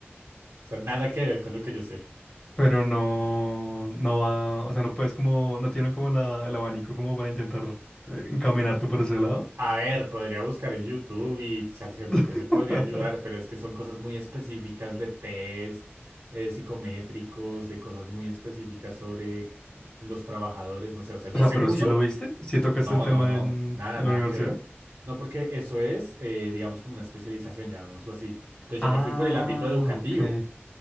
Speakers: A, on the right; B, on the left.
A: O sea, nada que ver con lo que yo sé.
B: Pero no, no va, o sea, no puedes como, no tienen como la, el abanico como para intentar eh, encaminarte por ese lado.
A: A ver, podría buscar en YouTube y ChatGPT
B: <laughs>
A: me podría ayudar, pero es que son cosas muy específicas de test, eh, psicométricos, de cosas muy específicas sobre los trabajadores, no sé, o sea, yo
B: O sea,
A: sé
B: pero
A: mucho.
B: sí lo viste, sí tocaste
A: No,
B: el tema
A: no, no,
B: en,
A: nada,
B: en
A: nada
B: la universidad.
A: que ver. No, porque eso es, eh, digamos, como una especialización, llamémoslo así. Entonces
B: Ah,
A: yo me fui por el ámbito educativo.
B: ok.